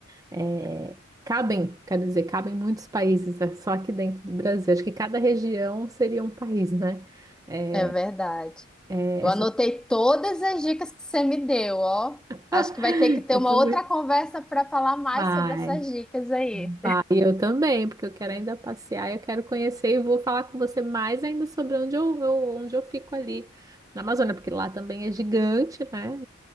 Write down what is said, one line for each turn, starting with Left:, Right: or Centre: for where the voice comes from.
Right: é, cabem, quero dizer, cabem muitos países, é só aqui dentro do Brasil. Acho que cada região seria um país, né? É,
Centre: É verdade.
Right: é,
Centre: Eu
Right: essa-
Centre: anotei todas as dicas que você me deu, ó.
Right: <laughs>
Centre: Acho que vai ter que ter
Right: Eu
Centre: uma
Right: também.
Centre: outra conversa para falar mais
Right: Vai,
Centre: sobre essas dicas aí.
Right: vai. Eu também, porque eu quero ainda passear, eu quero conhecer e vou falar com você mais ainda sobre onde eu, eu- onde eu fico ali na Amazônia, porque lá também é gigante, né?